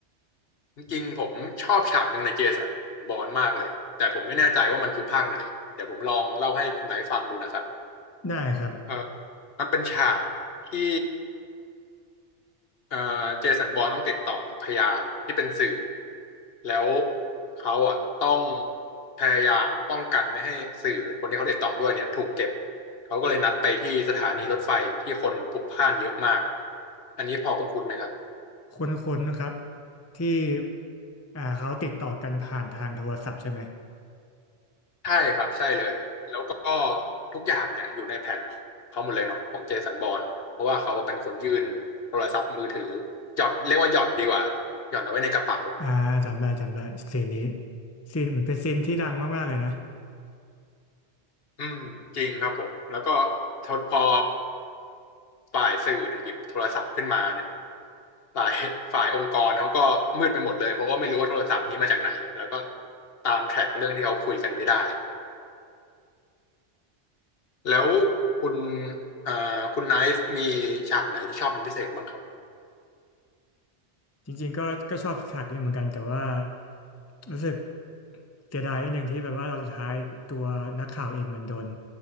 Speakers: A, on the left; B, on the left.
A: จริงๆผมชอบฉากหนึ่งในเจสันบอนมากเลยแต่ผมไม่แน่ใจว่ามันคือภาคไหนเดี๋ยวผมลองเล่าให้คุณไหนท์ฟังดูนะครับ
B: ได้ครับ
A: เออมันเป็นฉากที่เออเจสันบอร์นต้องติดต่อกับพยานที่เป็นสื่อแล้วเขาอ่ะต้องพยายามป้องกันไม่ให้สื่อคนที่เขาติดต่อด้วยเนี่ยถูกเก็บเขาก็เลยนัดไปที่สถานีรถไฟที่คนพลุกพล่านเยอะมากอันนี้พอคุณคุณไหมครับ
B: คุ้นๆนะครับที่อ่าเขาติดต่อกันผ่านทางโทรศัพท์ใช่ไหม
A: ใช่ครับใช่เลยแล้วก็ทุกอย่างเนี่ยอยู่ในแผนของเขาหมดเลยเนาะของเจสันบอรนเพราะว่าเขาเป็นคนยื่นโทรศัพท์มือถือหย่อนเรียกว่าหย่อนดีกว่าหย่อนเอาไว้ในกระเป๋า
B: อ่าจำได้จำได้ซีนนี้ซีนเหมือนเป็นซีนที่ดังมากๆเลยนะ
A: อืมจริงครับผมแล้วก็ทดพอฝ่ายสื่อเนี่ยหยิบโทรศัพท์ขึ้นมาเนี่ยฝ่ายฝ่ายองค์กรเขาก็มืดไปหมดเลยเพราะว่าไม่รู้ว่าโทรศัพท์นี้มาจากไหนแล้วก็ตามแทร็กเรื่องที่เขาคุยกันไม่ได้แล้วคุณเอ่อคุณไนฟ์มีฉากไหนที่ชอบเป็นพิเศษบ้างครับ
B: จริงๆก็ก็ชอบฉากนี้เหมือนกันแต่ว่ารู้สึกเสียดายนิดนึงที่แบบว่าเราสุดท้ายตัวนักข่าวเองมันโดน